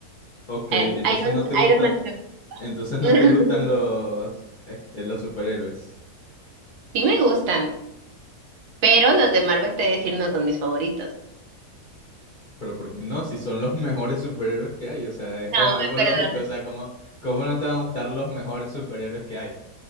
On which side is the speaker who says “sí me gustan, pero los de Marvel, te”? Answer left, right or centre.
Right